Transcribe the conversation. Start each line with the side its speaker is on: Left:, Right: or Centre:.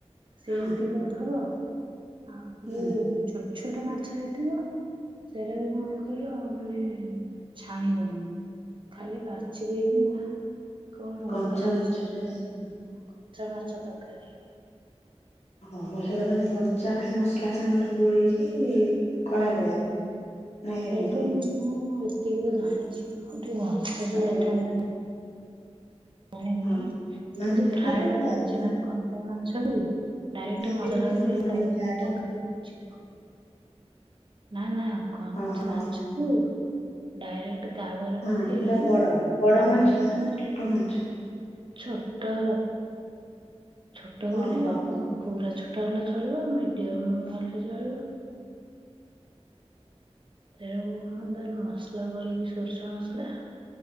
Right: ସେମିତି।
Left: ହଁ
Right: ହବ ଆଉମାନେ
Left: ହୁଁ
Right: ଛୋଟ ଛୋଟ ମାଛ ହେଇଥିବ। ସେରାକୁ କଣ କହିଲ ମାନେ ଛାଣିବନି। ଖାଲି ବାଛି ଦେଇକିନା କଣ ଗୋଟା
Left: କଞ୍ଚା
Right: କାଳେ
Left: ମାଛଟା
Right: ସେମିତିଆ ହୁଏନି। କଞ୍ଚା ମାଛ ତରକାରୀ।
Left: ଓ ହୋ ସେଟା ମାନେ କଞ୍ଚା ଖାଲି ମସଲା ସାଙ୍ଗରେ ଗୋଳେଇକି କରାଯାଏ। ନା
Right: ସେଇଟା
Left: କେମିତି?
Right: ମୁଁ ଏତିକିତ ଜାଣିଛି ମୁଁ ଟିକେ ଭଲସେ
Left: ଓହୋ
Right: ଆଇଟମଟା ଯାଣିନି। ଜାଣିନି
Left: ହଁ ମାନେ
Right: କିନ୍ତୁ
Left: ସେଇଟା
Right: ଫ୍ରାଏଟା
Left: ତ କେମିତି
Right: ଜାଣିଛି ମାନେ କଞ୍ଚା ମାଛକୁ ଡାଇରେକ୍ଟ
Left: କେମିତି
Right: ମସଲା
Left: ହୁଏ
Right: ଗୋଳେଇକି
Left: ମାନେ ପ୍ରାୟଟା
Right: ତା <unintelligible> ନା ନା କଞ୍ଚା
Left: ଓହୋ
Right: ମାଛକୁ ଡାଇରେକ୍ଟ ତାୱାରେ
Left: ହଁ
Right: ପକେଇଲୁ
Left: ସେଟା ବଡ ବଡ
Right: ଟମାଟ
Left: ମାଛ ନା ଛୋଟ ମାଛ
Right: ଛୋଟ। ଛୋଟ ବୋଲି
Left: ଓହୋ
Right: ପୁରା ଛୋଟ ହେଲେ ଚଳିବ ମିଡିଅମ ହେଲେ ଚଳିବ। ସେଇଆକୁ ହଁ ଦେଲୁ ମସଲା ଗୋଳେଇକି ସୋରିଷ ମସଲା।